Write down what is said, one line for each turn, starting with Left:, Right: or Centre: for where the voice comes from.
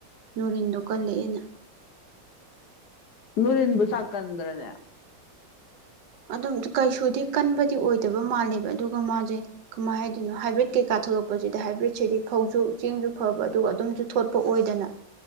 Right: ꯅꯨꯣꯔꯤꯟꯗꯣ ꯀꯜꯂꯛꯑꯦꯅ
Left: ꯅꯔꯤ ꯏꯟꯕꯨ ꯁꯥꯀꯟ꯭ꯔꯅꯦ
Right: ꯑꯗꯨꯝ ꯀꯩꯁꯨꯗꯤ ꯀꯟꯕꯗꯤ ꯑꯣꯏꯗꯕ ꯃꯥꯜꯂꯦꯕ ꯑꯗꯨꯒ ꯃꯥꯁꯦ ꯀꯃꯥꯏꯅ ꯍꯥꯏꯗꯣꯏꯅꯣ ꯍꯥꯏꯕ꯭ꯔꯤꯠ ꯀꯩꯀꯥ ꯊꯣꯛꯂꯛꯄꯁꯤꯗ ꯍꯥꯏꯕ꯭ꯔꯤꯠꯁꯤꯗꯤ ꯐꯧꯁꯨ ꯆꯦꯡꯁꯨ ꯐꯕ ꯑꯗꯨꯒ ꯑꯗꯨꯝꯁꯨ ꯊꯣꯠꯄ ꯑꯣꯏꯗꯅ